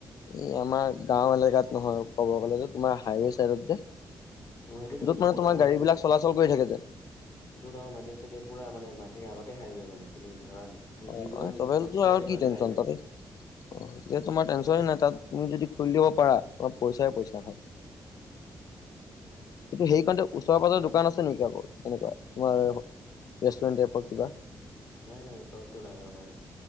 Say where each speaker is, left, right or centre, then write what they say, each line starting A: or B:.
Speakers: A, on the left (about 65°); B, on the left (about 45°).
A: এই আমাৰ গাও এলেকাত নহয়। ক'ব গ'লে যে তোমাৰ হাইৱে চাইডত যে
B: মই সেইটোতো
A: য'ত
B: কৈছো
A: মানে
B: মোৰ
A: তোমাৰ
B: আমাৰ
A: গাড়ী বিলাক চলাচল কৰি থাকে। <unintelligible>
B: য'ত আমাৰ মাটি ছাটি পুৰা মানে মাটিৰ আগতে হাই ৱে মানে তুমি ধৰা তুমি দুই
A: অ <unintelligible>
B: কদম
A: আৰু
B: খোজকাঢ়িলে
A: কি
B: মানে
A: টেনচন
B: হাইৱে
A: তাতে। অ এতিয়া তোমাৰ টেনচন এ নাই, তাত তুমি যদি খুলি দিব পাৰা অলপ পইচাই
B: উম
A: পইচা ভাল। কিন্তু সেই কাৰণে টো ওচৰ পাঁজৰৰ দোকান আছে নেকি আকৌ তেনেকুৱা? তোমাৰ ৰেষ্টুৰেণ্ট টাইপৰ কিবা?
B: নাই, নাই চৰতো নাই আমাৰ।